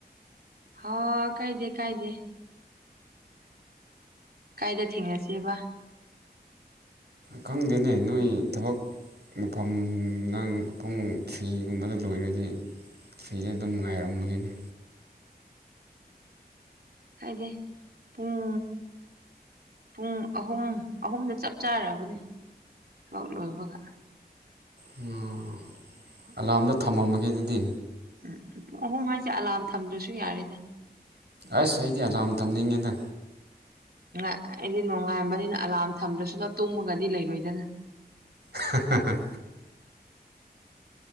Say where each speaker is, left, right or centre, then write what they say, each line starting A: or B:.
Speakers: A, on the right (about 70°); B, on the right (about 85°).
A: ꯍꯣ ꯀꯥꯏꯗꯦ ꯀꯥꯏꯗꯦ ꯀꯥꯏꯗ ꯊꯦꯡꯅꯁꯤꯕ
B: ꯈꯪꯗꯦꯅꯦ ꯅꯣꯏ ꯊꯕꯛ ꯃꯐꯝ ꯅꯪ ꯄꯨꯡ ꯊ꯭ꯔꯤꯒꯨꯝꯕꯗ ꯂꯣꯏꯔꯗꯤ ꯐ꯭ꯔꯤꯗ ꯑꯗꯨꯝ ꯉꯥꯏꯔꯝꯃꯒꯦꯅꯦ
A: ꯍꯥꯏꯗꯤ ꯄꯨꯡ꯫ ꯄꯨꯡ ꯑꯍꯨꯝ ꯑꯍꯨꯝꯗ ꯆꯞ ꯆꯥꯔꯕꯅꯦ ꯊꯕꯛ ꯂꯣꯏꯕꯒ
B: ꯑꯝ ꯑꯂꯥꯝꯗꯣ ꯊꯝꯃꯝꯃꯒꯦ ꯑꯗꯨꯗꯤ꯫
A: ꯎꯝ ꯄꯨꯡ ꯑꯍꯨꯝ ꯍꯥꯏꯁꯦ ꯑꯂꯥꯝ ꯊꯝꯗ꯭ꯔꯁꯨ ꯌꯥꯔꯦꯗ
B: ꯑꯁ ꯑꯩꯗꯤ ꯑꯦꯂꯥꯝ ꯊꯝꯅꯤꯡꯉꯦꯗ
A: ꯑꯩꯗꯤ ꯅꯨꯡꯉꯥꯏꯕꯅꯤꯅ ꯑꯦꯂꯥꯝ ꯊꯝꯗ꯭ꯔꯁꯨ ꯇꯨꯝꯕꯒꯗꯤ ꯂꯩꯔꯣꯏꯗꯅ
B: ꯍꯥ ꯍꯥ